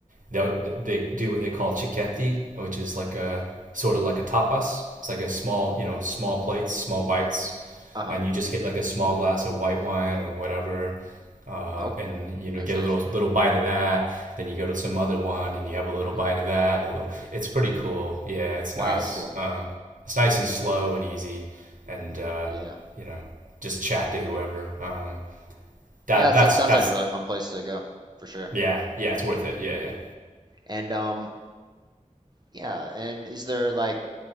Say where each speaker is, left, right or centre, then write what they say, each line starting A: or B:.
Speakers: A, on the right; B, on the right.
A: they they do what they call chiquetti, which is like a sort of like a tapas. It's like a small, you know, small plates, small bites,
B: Uh-huh.
A: and you just get like a small glass of white wine or whatever, uh,
B: Oh,
A: and you know,
B: that's
A: get
B: nice.
A: a little little bite of that. Then you go to some other one and you have a little
B: hmm
A: bite of that and a little. It's pretty cool. Yeah, it's
B: Wow,
A: nice.
B: that's cool.
A: Um, it's nice and slow and easy, and uh,
B: Yeah.
A: you know, just chat to whoever. Um, that
B: Yeah, that's,
A: that's
B: that sounds
A: that's
B: like a really fun place to go for sure.
A: yeah yeah it's worth it yeah yeah.
B: And um, yeah. And is there like